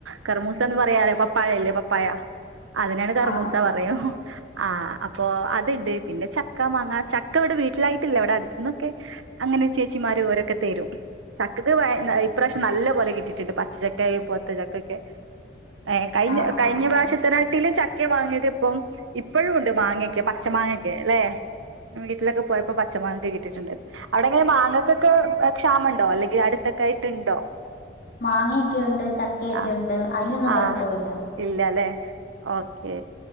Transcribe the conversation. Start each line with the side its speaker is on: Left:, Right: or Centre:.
Right: കറമൂസന്ന് പറയാറേ പപ്പായല്ലേ പപ്പായാ അതിനാണ് കറമൂസ
Left: ആ
Right: പറയും ആഹ് അപ്പൊ അത്ണ്ട് പിന്നെ ചക്ക മാങ്ങ ചക്ക ഇവിടെ വീട്ടിലായിട്ടില്ല ഇവിടെ അടുത്തന്നൊക്കെ അങ്ങനെ ചേച്ചിമാരും ഓരൊക്കെ തെരും ചക്കക്ക് ഇപ്രാവശ്യം നല്ല പോലെ കിട്ടിട്ടുണ്ട് പച്ചക്ക പോത്തചക്ക ഒക്കെ ഏ കഴിഞ്ഞ
Left: ആ ആ
Right: കഴിഞ്ഞ
Left: ആ
Right: പ്രാവശ്യത്തിനാട്ടില് ചക്ക വാങ്ങിയത് ഇപ്പം ഇപ്പോഴും ഉണ്ട് മാങ്ങയൊക്കെ പച്ച മാങ്ങൊക്കെ ല്ലെ വീട്ടിലൊക്കെ പോയപ്പോ പച്ച മാങ്ങ കിട്ടിട്ടുണ്ട് അവിടെങ്ങനെ മാങ്ങക്കൊക്കെ ക്ഷാമ ഇണ്ടോ അല്ലെങ്കിൽ അടുത്തൊക്കെ ആയിട്ട്ണ്ടോ
Left: മാങ്ങൊക്കെയുണ്ട് ചക്കയൊക്കെയുണ്ട്
Right: ആഹ്
Left: അതിനൊന്നും
Right: ആഹ്
Left: കുഴപ്പമില്ല
Right: ഇല്ലല്ലേ ഓക്കേ